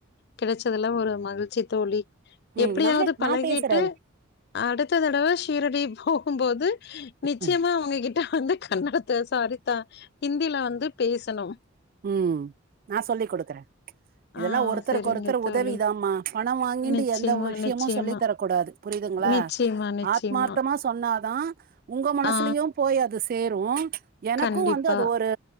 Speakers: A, on the left; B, on the right.
A: கெடச்சதுலா ஒரு மகிழ்ச்சி தோழி
B: ம்
A: எப்டியாவ்து
B: நானே
A: பழகிட்டு
B: நா பேசுறே
A: அடுத்த தடவ ஷீரடி போகும் போது நிச்சய்மா
B: ம்
A: ஒங்க கிட் ட வந்து கன்னடத்த சாரித்தா ஹிந்தியில வந்து பேசணு
B: ம் நா சொல்லி குடுக்குற இதெல்லா
A: ஆ
B: ஒருத்தருக்கொருத்தர்
A: சரிங்க தோழி.
B: உதவிதாமா பணோ வாங்கிட்டு
A: நிச்சயமா,
B: எந்த ஒர் விஷ்யமும்
A: நிச்சயமா,
B: சொல்லி தர குடாது புரியுதுங்களா
A: நிச்சயமா, நிச்சயமா.
B: ஆத்மார்த்தமா சொன்னாதா உங்க மனசுலயும்
A: ஆ
B: போய் அது சேரும் எனக்கும்
A: கண்டிப்பா.
B: வந்து அது ஒரு